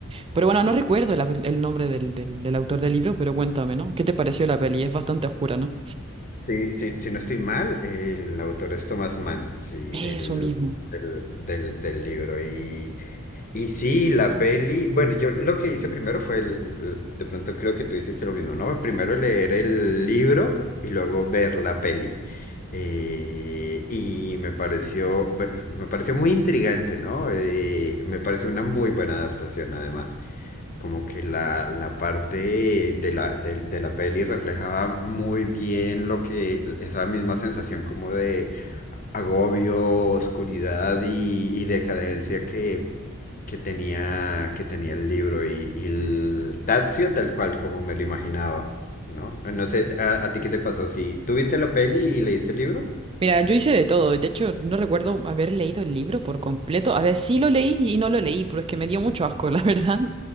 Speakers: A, on the right (about 25°); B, on the left (about 40°).
A: pero bueno, no recuerdo el, el nombre del, del, del autor del libro, pero cuéntame, ¿no? ¿Qué te pareció la peli? Es bastante oscura, ¿no?
B: Sí, sí, si no estoy mal, eh, el autor es Thomas Mann, sí,
A: Eso
B: el,
A: mismo.
B: del, del- del libro. Y Y sí, la peli, bueno, yo lo que hice primero fue, el- el- de pronto creo que tú hiciste lo mismo, ¿no? Primero leer el libro y luego ver la peli. Eh, y me pareció, bu- me pareció muy intrigante, ¿no? Eh, me pareció una muy buena adaptación, además como que la, la parte de la, de, de la peli reflejaba muy bien lo que, esa misma sensación como de agobio, oscuridad y, y decadencia que, que tenía, que tenía el libro y, y el Tazio tal cual como me lo imaginaba, ¿no? No sé, ¿a, a ti qué te pasó? Si ¿tú viste la peli y leíste el libro?
A: Mira, yo hice de todo, de hecho no recuerdo haber leído el libro por completo, a ver, sí lo leí y no lo leí, pero es que me dio mucho asco, <laughs> la verdad,